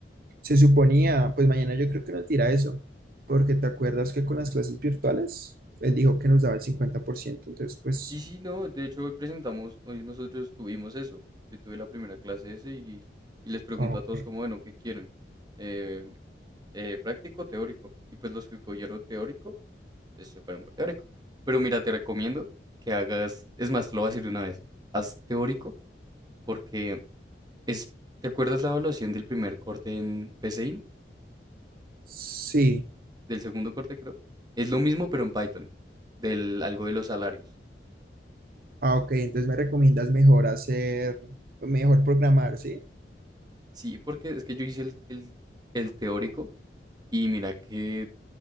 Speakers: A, on the right; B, on the right.
A: Se suponía, pues mañana yo creo que nos dirá eso, porque te acuerdas que con las clases virtuales, él dijo que nos daba el cincuenta por ciento entonces pues,
B: Sí, sí, no. De hecho, hoy presentamos, hoy nosotros tuvimos eso. Yo tuve la primera clase ese y, y les pregunto
A: ah, ok.
B: a todos como, bueno, ¿qué quieren? Eh, eh, práctico, o teórico. Y pues los que escogieron teórico, pues se fueron por teórico. Pero mira, te recomiendo que hagas, es más, te lo voy a decir de una vez, haz teórico porque Es, ¿te acuerdas la evaluación del primer corte en PCInt?
A: Sí,
B: Del segundo corte, creo. Es lo mismo, pero en Python. Del algo de los salarios.
A: ah, ok, entonces me recomiendas mejor hacer, mejor programar, ¿sí?
B: Sí, porque es que yo hice el, el- el teórico y mira que.